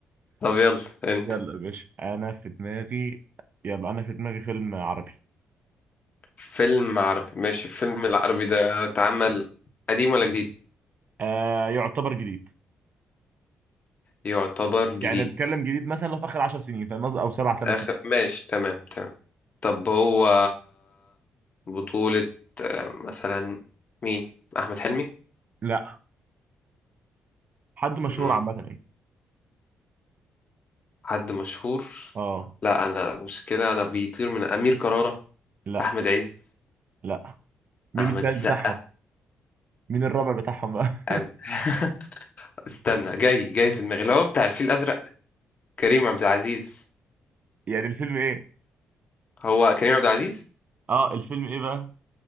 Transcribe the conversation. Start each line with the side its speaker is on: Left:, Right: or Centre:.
Left: طب يلا انت
Right: يلا يا باشا انا في دماغي يلا انا في دماغي فيلم عربي
Left: فيلم عربي ماشي الفيلم العربي ده اتعمل قديم ولا جديد
Right: آه يعتبر جديد
Left: يعتبر جديد
Right: يعني بتكلم جديد مثلا لو في اخر 10 سنين فاهم قصدي؟ او سبع ثمان
Left: اخر
Right: سنين
Left: ماشي تمام تمام طب هو بطولة آه، مثلا مين احمد حلمي
Right: لا حد مشهور
Left: مم،
Right: عامه يعني
Left: حد مشهور
Right: اه
Left: لا انا مشكلة انا بيطير من امير كرارة
Right: لا
Left: احمد عز
Right: لا مين
Left: احمد
Right: التالت
Left: السقا
Right: بتاعهم مين الرابع بتاعهم بقى
Left: أم... <laughs> استنى جاي جاي في دماغي اللي هو بتاع الفيل الازرق كريم عبد العزيز
Right: <laughs> يعني الفيلم ايه
Left: هو كريم عبد العزيز
Right: اه الفيلم ايه بقى